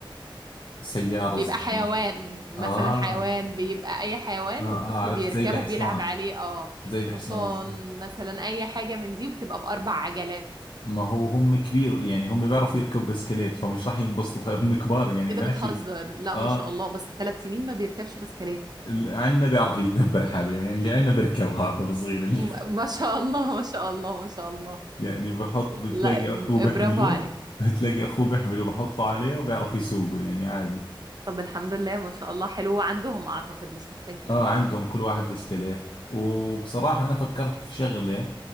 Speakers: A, on the left; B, on the right.
A: سيارة
B: بيبقى
A: صغيرة
B: حيوان مثلا
A: آه
B: حيوان بيبقى اي حيوان
A: آه
B: والطفل
A: آه عرفت
B: بيركبه
A: زي الحصان
B: وبيلعب عليه اه
A: زي الحصان
B: حصان
A: الصغير.
B: مثلا اي حاجة من دي وبتبقى باربع عجلات
A: ما هو هم كبير يعني هم بيعرفوا يركبوا بسكليت فمش راح ينبسطوا هم كبار يعني
B: ايه
A: ماشي
B: ده بتهزر لا
A: اه
B: ما شاء الله بس ثلاث سنين ما بيركبش بسكليت
A: اللي عندنا بيعرف يدبر حاله يعني اللي عندنا بيركب هذا الصغير اللي
B: م- ما شاء الله ما شاء الله ما شاء الله
A: <laughs> يعني بحط بتلاقي
B: لا ب-
A: اخوه بيحمله
B: برافو عليه
A: بتلاقي اخوه بيحمله بحطه عليه وبيعرف يسوقه يعني عادي
B: طب الحمد لله ما شاء الله حلو عندهم اعتقد مش محتاجين
A: اه عندهم كل واحد بسكليت وبصراحة انا فكرت في شغلة